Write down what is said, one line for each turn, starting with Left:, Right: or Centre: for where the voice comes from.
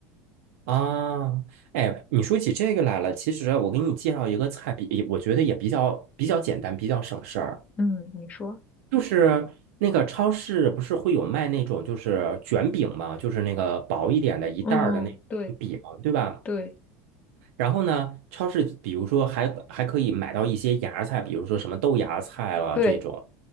Right: 啊，哎，你说起这个来了，其实啊我给你介绍一个菜比，我觉得也比较比较简单，比较省事儿。
Left: 嗯，你说，
Right: 就是那个超市不是会有卖那种就是卷饼嘛，就是那个薄一点的一袋儿的那种饼，
Left: 嗯，对
Right: 对吧？
Left: 对
Right: 然后呢，超市比如说还还可以买到一些芽菜，比如说什么豆芽菜了这种。
Left: 对，